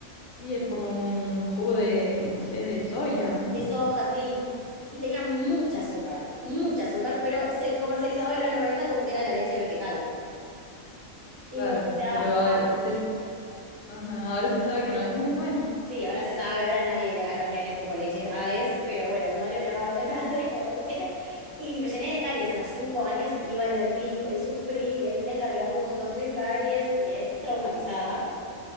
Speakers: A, on the left; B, on the right.
A: Y es como un jugo de, no sé, de soya, ¿o no?
B: De soja, así. Y tenía mucha azúcar, mucha azúcar, pero se comercializaba en los 90 como que era la leche vegetal. Y
A: Claro,
B: mi mamá me daba
A: pero ahora se, ajá, ahora se sabe que no es muy bueno.
B: Sí, ahora se sabe, ahora nadie le da a los nenes como leche Hades, pero bueno, mi madre me daba <laughs> Hades como leche y me llené de caries. A los cinco años iba al dentista y sufrí y ahí me tenían que arreglar un montón de caries y quedé traumatizada.